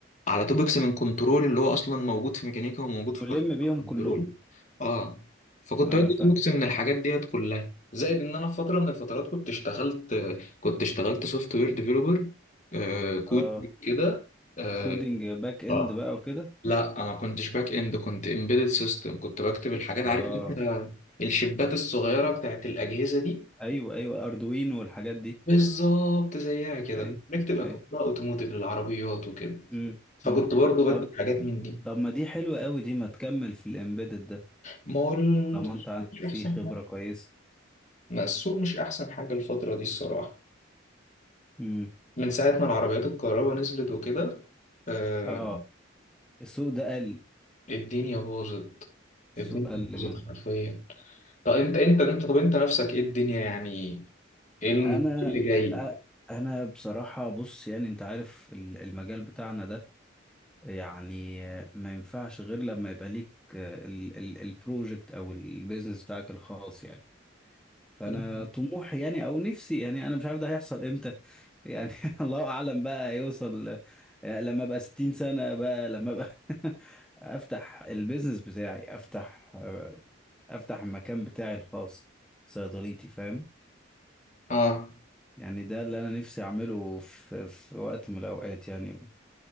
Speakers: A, on the left (about 35°); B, in the centre.
A: على توبكس من كنترول اللي هو اصلا موجود في ميكانيكا وموجود في
B: ملم بيهم
A: كنترول
B: كلهم
A: اه فكنت
B: انا
A: بدي
B: فاهم
A: توبكس من الحاجات ديت كلها زائد ان انا في فتره من الفترات كنت اشتغلت كنت اشتغلت سوفت وير ديفيلوبر آه كود
B: اه
A: كده آه،
B: كودينج باك اند
A: اه
B: بقى وكده
A: لا انا ما كنتش باك اند كنت امبيدد سيستم كنت بكتب الحاجات عارف
B: اه
A: انت الشبات الصغيره بتاعت الاجهزه دي
B: ايوه ايوه اردوينو والحاجات دي
A: بالظبط زيها كده
B: ايوه
A: بنكتب اكواد
B: ايوه
A: بقى اوتوموتيف للعربيات وكده
B: امم
A: فكنت
B: امم
A: برضو بكتب
B: طب
A: حاجات من دي
B: طب ما دي حلوة قوي دي ما تكمل في الامبيدد ده
A: ما هو ال-
B: طالما انت عندك
A: مش
B: فيه
A: احسن
B: خبرة
A: حاجه
B: كويسة
A: ما السوق مش احسن حاجه الفتره دي الصراحه
B: امم
A: من ساعه ما العربيات الكهرباء نزلت وكده آه،
B: اه السوق ده قل
A: الدنيا باظت
B: السوق
A: الدنيا
B: قل
A: باظت
B: جامد
A: حرفيا طب انت انت انت طب انت نفسك ايه الدنيا يعني ايه ال-
B: انا
A: إيه اللي جاي
B: أ- انا بصراحة بص يعني انت عارف ال- المجال بتاعنا ده يعني ما ينفعش غير لما يبقى ليك ال- ال- البروجكت او البيزنس بتاعك الخاص يعني فانا
A: مم.
B: طموحي يعني او نفسي يعني انا مش عارف ده هيحصل امتى يعني <laughs> الله اعلم بقى هيوصل لما ابقى 60 سنة بقى لما ابقى <laughs> افتح البيزنس بتاعي افتح افتح المكان بتاعي الخاص صيدليتي فاهم
A: اه
B: يعني ده اللي انا نفسي اعمله في في وقت من الاوقات يعني ان